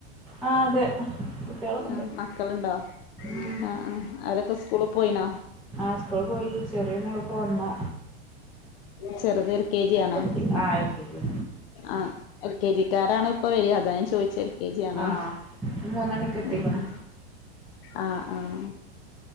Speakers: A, in the centre; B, on the left.
A: ആഹ് അതെ കുട്ടികളൊക്കെ ഉണ്ട്
B: ആ മക്കളുണ്ടോ
A: ഉം
B: ആ ആ ആരൊക്കെ സ്കൂള പോയിണോ
A: ആാസ്പിൾ പോയി ചെറിയ മോളപ്പോ വന്നു
B: ചെറുത് എൽ കെ ജി ആണോ
A: എൽ കെ ആഹ് എൽ കെ ജി
B: ആ എൽ കെ ജി ിക്കാരാണോ ഇപ്പൊ വര അതൻ ചോദിച്ച എൽ കെ ജി ആണോ
A: ആഹ് മൂന്നണിക്ക് എത്തിക്കണം
B: ഉ ഉ ആഹ ആഹ